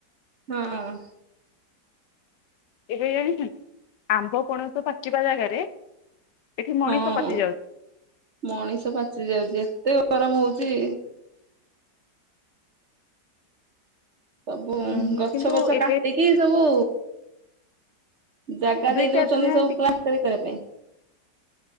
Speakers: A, on the right; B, on the left.
A: ହଁ।
B: ଏ <inaudible> ଆମ୍ବ ପଣସ ପାଚିବା ଜାଗାରେ ଏଠି ମଣିଷ
A: ହଁ,
B: ପାଚି
A: ମଣିଷ ପାଚି ଯାଉଚି ଏତେ ଗରମ ହଉଚି। ସବୁ
B: ଯାଉଛନ୍ତି
A: ଗଛ
B: କିନ୍ତୁ
A: ବଛ
B: ଏବେ
A: କାଟିକି ସବୁ ଜାଗା
B: ଦୁଇ
A: ଦେଇ
B: ଚାରି
A: ଦଉଛନ୍ତି
B: ଦିନ ହେଲାଣି
A: ସବୁ ପ୍ଲାଟିରି କରିବା ପାଇଁ।